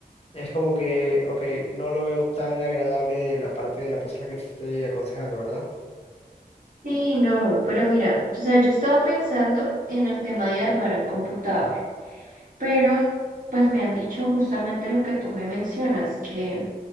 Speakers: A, on the left; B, on the right.
A: es como que, ok, no lo veo tan agradable la parte de la persona que te esté aconsejando, ¿verdad?
B: Sí, no, pero mira, o sea, yo estaba pensando en el tema de armar un computador, pero pues me han dicho justamente lo que tú me mencionas, que